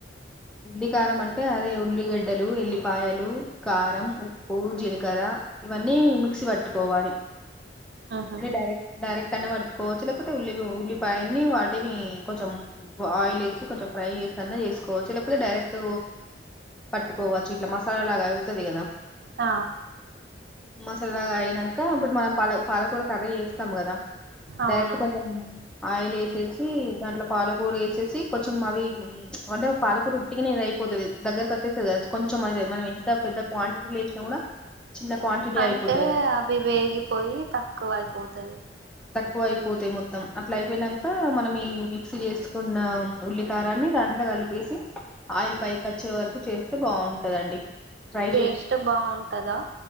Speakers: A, in the centre; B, on the right.
A: ఉల్లి కారం అంటే అదే ఉల్లిగడ్డలు ఎల్లిపాయలు కారం ఉప్పు జీలకర్ర ఇవన్నీ మిక్సీ పట్టుకోవాలి
B: ఆహా
A: అంటే డైరెక్ట్ డైరెక్ట్ అనా పట్టుకోవచ్చు లేకపోతే ఉల్లి ఉల్లిపాయల్ని వాటిని కొంచెం ఆయిల్ వేసి కొంచెం ఫ్రై చేసిన్నా చేసుకోవచ్చు లేకపోతే డైరెక్ట్ పట్టుకోవచ్చు ఇట్లా మసాలా లాగా అవుతుంది కదా
B: ఆ
A: మసాలాగా అయినాక ఇప్పుడు మనం పాల పాలకూర కర్రీ చేేస్తాం కదా
B: అవును
A: డైరెక్ట్ కొంచెం ఆయిల్ వేసేసి దాంట్లో పాలుకూర వేసేసి కొంచెం అవి అంటే పాలు ఇప్పుడు ఉట్టికనేది అయిపోతుంది దగ్గరకు వచ్చేస్తుంది కది కొంచెం అది మనం ఎంత పెద్ద క్వాంటిటీ వేసిన కూడా చిన్న క్వాంటిటీ
B: అంటే
A: అయిపోతది అది
B: అవి వేగిపోయి తక్కువ అయిపోతది
A: క్కువ అయిపోతాయి మొత్తం అట్లా అయిపోయినాక మనం ఈ మిక్సీ చేసుకున్న ఉల్లికారాన్ని దాంట్లో కలిపేసి ఆయిల్ పైకి వచ్చే వరకు చేస్తే బాగుంటదండి ట్రై
B: టేస్ట్ బాగుంటదా